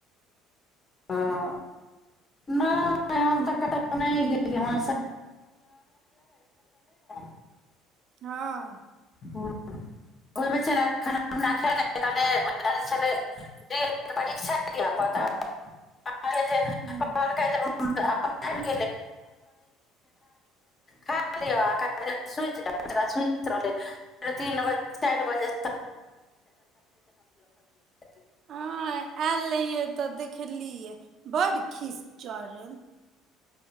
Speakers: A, on the left; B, on the right.
A: हँ नहि हम तऽ कतहु नहि गेलियै हँ <unintelligible> <unintelligible>
B: हँ
A: हँ ओहि बेचारा <unintelligible> <unintelligible>
B: हूँ
A: अपन <unintelligible> <unintelligible> सुति रहलै फेर तीन बजे चारि बजे <unintelligible>
B: हँ आयल रहिये तऽ देखलियै बड खिसचड़हल